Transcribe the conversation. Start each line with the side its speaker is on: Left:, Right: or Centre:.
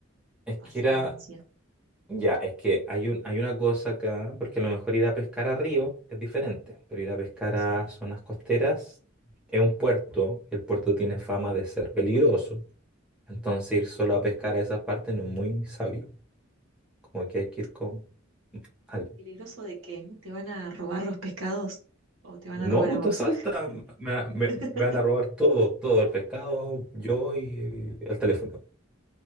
Centre: es
Right: con paciencia.
Centre: que era, ya, es que hay un, hay una cosa acá, porque a lo mejor ir a pescar a río es diferente, pero ir a pescar
Right: Sí.
Centre: a zonas costeras es un puerto, y el puerto tiene fama de ser peligroso, entonces ir solo a pescar a esas partes no es muy sabio, como que hay que ir con alguien.
Right: ¿Peligroso de qué? ¿Te van a robar los pescados o te van
Centre: No,
Right: a robar
Centre: pues
Right: a vos?
Centre: te asalta, me, me-
Right: <laughs>
Centre: me van a robar todo, todo el pescado, yo y el teléfono.